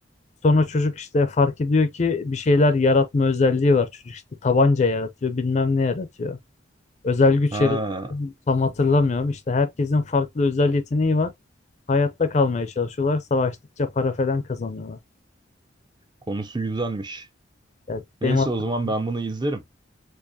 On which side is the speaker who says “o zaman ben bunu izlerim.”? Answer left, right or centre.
Right